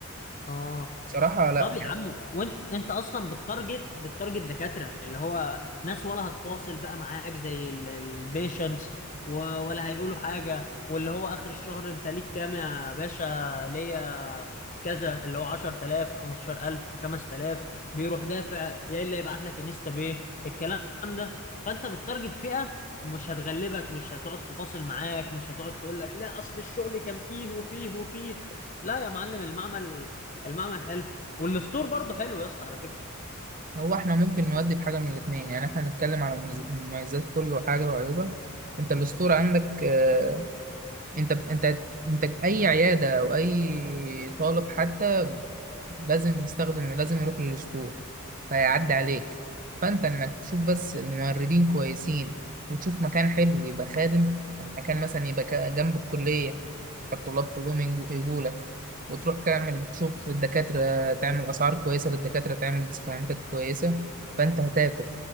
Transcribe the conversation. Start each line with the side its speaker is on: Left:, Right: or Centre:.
Left: اه
Right: بصراحة لا
Left: طب يا
Right: يعني
Left: عم وانت انت اصلا بالتارجت بالتارجت دكاتره اللي هو ناس ولا هتفاصل بقى معاك زي البيشنتس ولا هيقولوا حاجه واللي هو اخر الشهر انت ليك كام يا باشا ليا كذا اللي هو 10000 15000 5000 بيروح دافع يا الا يبعت لك انستا باي الكلام ده فانت بالتارجت فئه مش هتغلبك مش هتقعد تفاصل معاك مش هتقعد تقول لك لا اصل الشغل كان فيه وفيه وفيه لا يا معلم المعمل المعمل حلو والستور برضه حلو يا اسطى على فكره
Right: هو احنا ممكن نودي بحاجة من الاتنين يعني احنا هنتكلم على المميز- المميزات كله حاجة وعيوبها انت الاسطورة عندك آه، انت انت انت اي عياده او اي طالب حتى لازم يستخدم لازم يروح للاسطول فيعدي عليك فانت انك تشوف بس ممرضين كويسين وتشوف مكان حلو يبقى خادم المكان مثلا يبقى كا- جنب الكليه فالطلاب كلهم يجوا لك وتروح تعمل تشوف الدكاتره تعمل اسعار كويسه للدكاتره تعمل ديسكاونتات كويسه فانت هتاكل